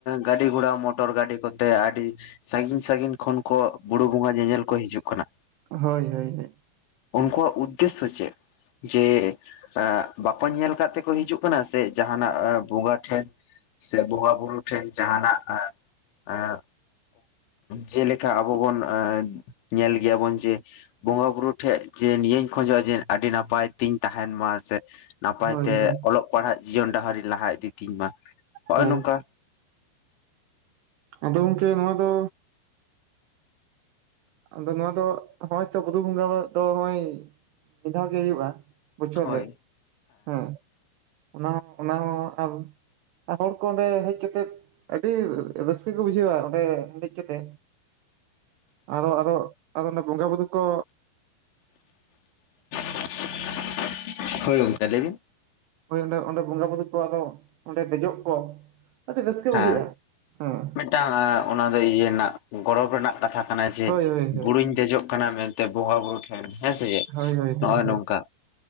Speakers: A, on the left; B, on the right.
A: ᱜᱟᱹᱰᱤ ᱜᱷᱚᱲᱟ ᱢᱚᱴᱚᱨ ᱜᱟᱹᱰᱤ ᱠᱚᱛᱮ ᱟᱹᱰᱤ ᱥᱟᱺᱜᱤᱧ ᱥᱟᱺᱜᱤᱧ ᱠᱷᱚᱱ ᱠᱚ ᱵᱩᱨᱩ ᱵᱚᱸᱜᱟ ᱧᱮᱧᱮᱞ ᱠᱚ ᱦᱤᱡᱩᱜ ᱠᱟᱱᱟ᱾
B: ᱦᱳᱭ ᱦᱳᱭ
A: ᱩᱱᱠᱩᱣᱟᱜ ᱩᱫᱽᱫᱮᱥᱚ ᱪᱮᱫ? ᱡᱮ ᱮᱸᱜ ᱵᱟᱠᱚ ᱧᱮᱞ ᱠᱟᱜ ᱛᱮᱠᱚ ᱦᱤᱡᱩᱜ ᱠᱟᱱᱟ ᱥᱮ ᱡᱟᱦᱱᱟᱜ ᱵᱚᱸᱜᱟ ᱴᱷᱮᱱ ᱥᱮ ᱵᱚᱸᱜᱟ ᱵᱩᱨᱩ ᱴᱷᱮᱱ ᱡᱟᱦᱟᱱᱟᱜ ᱮᱸ ᱡᱮᱞᱮᱠᱟ ᱟᱵᱚ ᱵᱚᱱ ᱧᱮᱞ ᱜᱮᱭᱟᱵᱚᱱ ᱡᱮ ᱵᱚᱸᱜᱟ ᱵᱩᱨᱩ ᱴᱷᱮᱡ ᱡᱮ ᱱᱤᱭᱟᱹᱧ ᱠᱷᱚᱡᱚᱜᱼᱟ ᱡᱮ ᱟᱹᱰᱤ ᱱᱟᱯᱟᱭ ᱛᱤᱧ ᱛᱟᱦᱮᱱ ᱢᱟ ᱥᱮ ᱱᱟᱯᱟᱭ
B: ᱦᱳᱭ
A: ᱛᱮ
B: ᱦᱳᱭ
A: ᱚᱞᱚᱜ ᱯᱟᱲᱦᱟᱜ ᱡᱤᱭᱚᱱ ᱰᱟᱦᱟᱨᱤᱧ ᱞᱟᱦᱟ ᱤᱫᱤ ᱛᱤᱧ ᱢᱟ ᱱᱚᱜᱼᱚᱭ
B: ᱦᱳᱭ
A: ᱱᱚᱝᱠᱟ
B: ᱟᱫᱚ ᱜᱚᱝᱠᱮ ᱱᱚᱣᱟ ᱫᱚ ᱟᱫᱚ ᱱᱚᱣᱟ ᱫᱚ ᱦᱚᱭ ᱛᱚ ᱵᱫ ᱵᱚᱸᱜᱟ ᱫᱚ ᱱᱚᱜᱭ ᱢᱤᱫ ᱫᱷᱟᱣ ᱜᱮ ᱦᱩᱭᱩᱜᱼᱟ᱾ ᱵᱚᱪᱷᱚᱨ
A: ᱦᱳᱭ
B: ᱨᱮ ᱦᱮᱸ ᱚᱱᱟ ᱦᱚᱸ ᱚᱱᱟ ᱦᱚᱸ ᱟᱨ ᱦᱚᱲ ᱠᱚ ᱚᱸᱰᱮ ᱦᱮᱡ ᱠᱟᱛᱮᱫ ᱟᱹᱰᱤ ᱨᱟᱹᱥᱠᱟᱹ ᱠᱚ ᱵᱩᱡᱷᱟᱹᱣᱟ ᱚᱸᱰᱮ ᱫᱮᱡ ᱠᱟᱛᱮ ᱟᱫᱚ ᱟᱫᱚ ᱟᱫᱚ ᱵᱚᱸᱜᱟ ᱵᱩᱨᱩ ᱠᱚ,
A: <unintelligible> ᱦᱳᱭ ᱜᱚᱝᱠᱮ ᱞᱟᱭ ᱵᱤᱱ
B: ᱳᱭᱸᱰᱮ ᱚᱸᱰᱮ ᱵᱚᱸᱜᱟ ᱵᱩᱨᱩ ᱠᱚ ᱟᱫᱚ ᱚᱸᱰᱮ ᱫᱮᱡᱚᱜ ᱠᱚ ᱟᱹᱰᱤ ᱨᱟᱹᱥᱠᱟᱹ
A: ᱦᱮᱸ
B: ᱵᱩᱡᱷᱟᱹᱜᱼᱟ᱾ ᱦᱮᱸ
A: ᱢᱤᱫᱴᱟᱝ ᱚᱱᱟ ᱫᱚ ᱤᱭᱟᱹ ᱨᱮᱱᱟᱜ ᱜᱚᱨᱚᱵ ᱨᱮᱱᱟᱜ ᱠᱟᱛᱷᱟ ᱠᱟᱱᱟ ᱡᱮ
B: ᱦᱳᱭ ᱦᱳᱭ ᱦᱳᱭ
A: ᱵᱩᱨᱩᱧ ᱫᱮᱡᱚᱜ ᱠᱟᱱᱟᱼᱼ ᱠᱟᱱᱟ ᱢᱮᱱᱛᱮ ᱵᱚᱸᱜᱟᱼᱵᱩᱨᱩ ᱴᱷᱮᱱ ᱦᱮᱸᱥᱮ
B: ᱦᱳᱭ ᱦᱳᱭ
A: ᱱᱚᱜᱼᱚᱭ
B: ᱦᱳᱭ
A: ᱱᱚᱝᱠᱟ